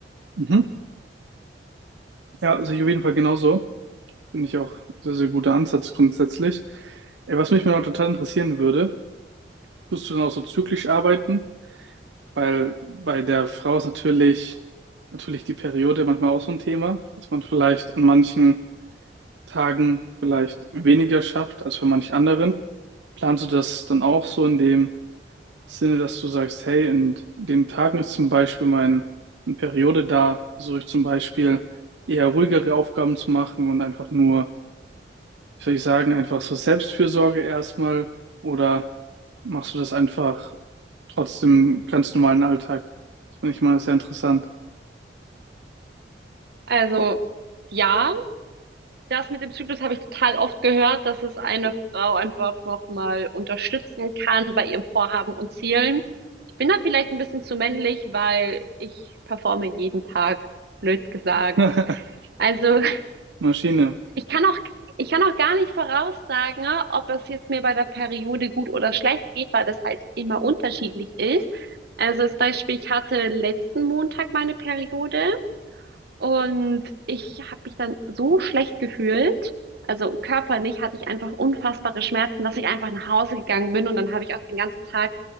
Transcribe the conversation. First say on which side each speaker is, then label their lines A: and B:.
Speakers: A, on the right; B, on the right.
A: Mhm. Ja, also ich auf jeden Fall genauso. Finde ich auch sehr, sehr guter Ansatz grundsätzlich. Ey, was mich mal total interessieren würde, tust du dann auch so zyklisch arbeiten? Weil bei der Frau ist natürlich, natürlich die Periode manchmal auch so ein Thema, dass man vielleicht an manchen Tagen vielleicht weniger schafft als bei manch anderen. Planst du das dann auch so in dem Sinne, dass du sagst, hey, in den Tagen ist zum Beispiel mein, meine Periode da, versuche ich zum Beispiel eher ruhigere Aufgaben zu machen und einfach nur, wie soll ich sagen, einfach so Selbstfürsorge erstmal oder machst du das einfach trotzdem ganz normalen Alltag? Das finde ich mal sehr interessant.
B: Also ja, das mit dem Zyklus habe ich total oft gehört, dass es eine Frau einfach nochmal unterstützen kann bei ihrem Vorhaben und Zielen. Ich bin da vielleicht ein bisschen zu männlich, weil ich performe jeden Tag, blöd gesagt.
A: <laughs>
B: Also
A: Maschine.
B: Ich kann auch, ich kann auch gar nicht voraussagen, ne, ob es jetzt mir bei der Periode gut oder schlecht geht, weil das halt immer unterschiedlich ist. Also das Beispiel, ich hatte letzten Montag meine Periode und ich habe mich dann so schlecht gefühlt, also körperlich hatte ich einfach unfassbare Schmerzen, dass ich einfach nach Hause gegangen bin und dann habe ich auch den ganzen Tag